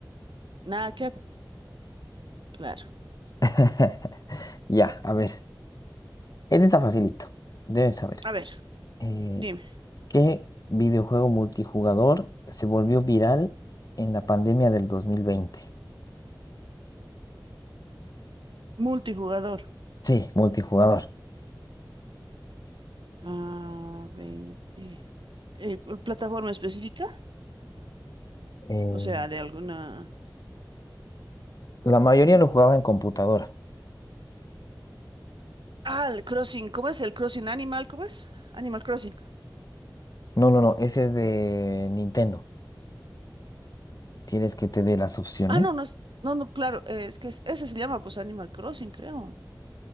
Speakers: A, on the right; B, on the left.
A: Nada que, claro.
B: <laughs> Ya, a ver. Este está facilito, debes saber.
A: A ver,
B: Eh,
A: dime,
B: ¿qué videojuego multijugador se volvió viral en la pandemia del 2020?
A: multijugador.
B: Sí, multijugador.
A: Ah, 20. Eh, ¿plataforma específica?
B: Eh,
A: O sea, de alguna...
B: la mayoría lo jugaba en computadora.
A: Ah, el Crossing, ¿cómo es? ¿El Crossing Animal? ¿Cómo es? Animal Crossing.
B: No, no, no, ese es de Nintendo. ¿Quieres que te dé las opciones?
A: Ah, no, no, es- no, no, claro, eh, es que es- ese se llama pues Animal Crossing, creo.